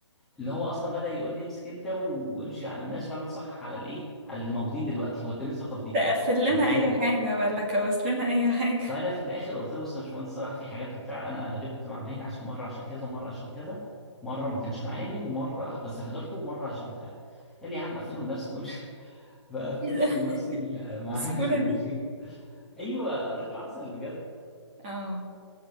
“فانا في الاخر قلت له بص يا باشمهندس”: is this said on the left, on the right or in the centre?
Centre